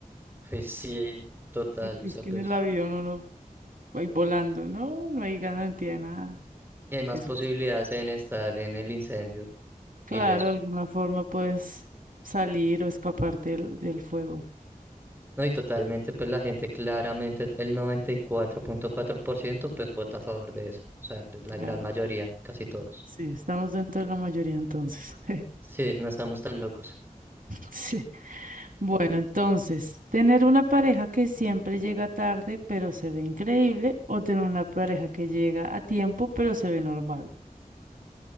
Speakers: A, on the right (about 15°); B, on the right (about 70°).
A: Pues sí, total,
B: porque
A: o sea,
B: es que
A: pues
B: en el avión uno va ahí volando. No, no hay garantía de nada.
A: y hay más
B: Qué
A: posibilidades
B: susto.
A: en estar en el incendio
B: Claro,
A: ileso.
B: de alguna forma puedes salir o escaparte del, del fuego.
A: No, y totalmente, pues la gente claramente, el noventa y cuatro cuatro punto cuatro por ciento pues vota a favor de eso. O sea, pues la
B: Claro.
A: gran mayoría, casi todos.
B: Sí, estamos dentro de la mayoría entonces. <laughs>
A: Sí, no estamos tan locos.
B: Sí. Bueno, entonces, tener una pareja que siempre llega tarde, pero se ve increíble, o tener una pareja que llega a tiempo, pero se ve normal.